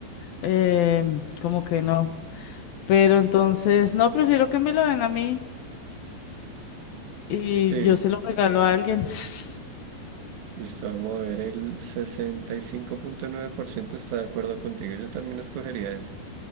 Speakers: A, on the left; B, on the right.
A: em, como que no. Pero entonces, no, prefiero que me lo den a mí y
B: Sí,
A: yo se lo regalo a alguien. <laughs>
B: Listo, vamos a ver, el sesenta y cinco punto nueve por ciento está de acuerdo contigo. Yo también escogería ese.